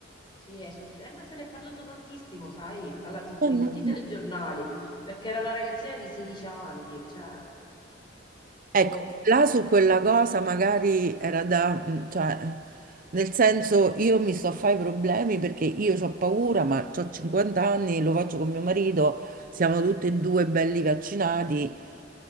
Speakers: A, on the left; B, on the right.
A: Sì, è su- eh, ma se ne è parlato tantissimo, sai, alla TV,
B: Mm.
A: in tutti i telegiornali, perché era una ragazzina di 16 anni, cioè,
B: Ecco,
A: boh,
B: là su quella cosa magari era da, mm, cioè, nel senso io mi sto a fare i problemi perché io ho paura, ma ho 50 anni, lo faccio con mio marito, siamo tutti e due belli vaccinati.